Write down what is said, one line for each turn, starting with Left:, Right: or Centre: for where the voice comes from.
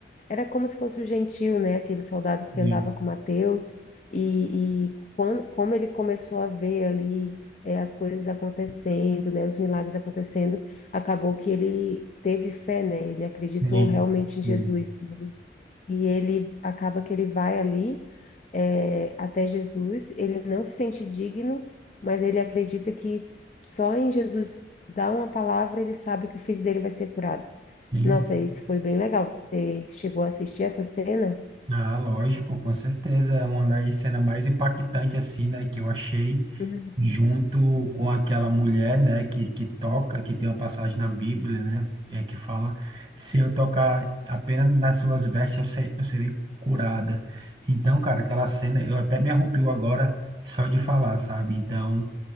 Left: era como se fosse o Gentil, né? Aquele soldado que
Right: Sim,
Left: andava com Mateus. E, e quando, como ele começou a ver ali eh, as coisas acontecendo, né? Os milagres acontecendo, acabou que ele teve fé, né? Ele acreditou
Right: sim,
Left: realmente
Right: sim,
Left: em Jesus e ele acaba que ele vai ali é, até Jesus, ele não se sente digno, mas ele acredita que só em Jesus dar uma palavra ele sabe que o filho dele vai ser curado.
Right: sim.
Left: Nossa, isso foi bem legal. Você chegou a assistir essa cena?
Right: Ah, lógico, com certeza, é uma das cenas mais impactantes assim, né, que eu achei.
Left: Uhum,
Right: junto com aquela mulher, né, que, que toca, que tem uma passagem na Bíblia, né, é, que fala, se eu tocar apenas nas suas vestes, eu, se- eu serei curada. Então, cara, aquela cena, eu até me arrepio agora só de falar, sabe? Então,